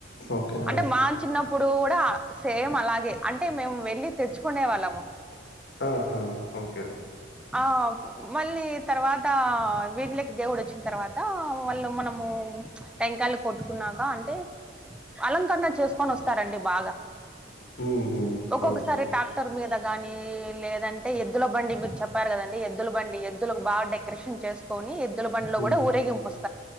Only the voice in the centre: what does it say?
అంటే
మా చిన్నప్పుడు కూడా సేమ్ అలాగే అంటే మేము వెళ్ళి తెచ్చుకునే వాళ్ళము
ఆ మళ్ళీ తర్వాత వీదిలోకి దేవుడు వచ్చిన తర్వాత వాళ్ళు మనము టెంకాయలు కొట్టుకున్నాక అంటే అలంకరణ చేసుకొని వస్తారండి బాగా
ఒక్కొక్కసారి
టాక్ క్టార్ మీద కానీ లేదంటే ఎద్దుల బండి మీరు చెప్పారు కదండి ఎద్దుల బండి ఎద్దులకు బాగా డెకొరేషన్ చేసు కోని ఎద్దుల బండ్లో
కూడా ఊరేగింపుస్తంది